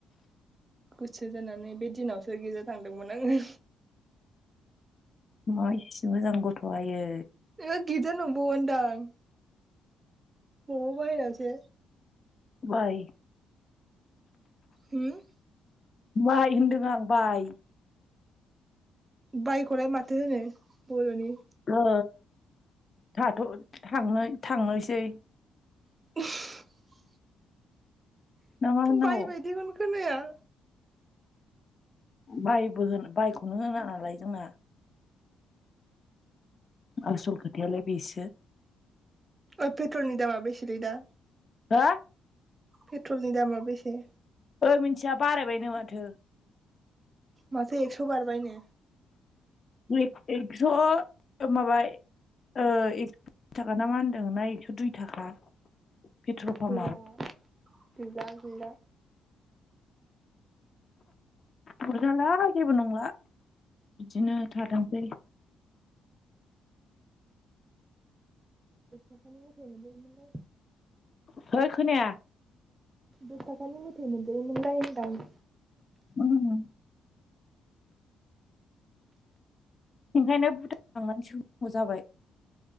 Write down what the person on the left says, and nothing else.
मा इसे मोजां गथ' आयै।
बाय।
बाइ होनदों आं बाइ।
ओ थाथ' थांनो थांनोसै।
ना मा होननांगौ
बायबो होन बायखौनो होना नालाय जोंना आसल खोथायालाय बेसो
हा
ओइ मिनथिया बारायबायनो माथो
एक एक्स'ओ माबा ओ एकस' बिस थाखा ना मा होनदों ना एकस' दुइ थाखा पेट्रल पाम्पआव
अरजाला जेबो नंला बिदिनो थाथोंसै।
हैथ खोनाया
ओम ओंखायनो भुटान थांनानै सोहैनांगौ जाबाय।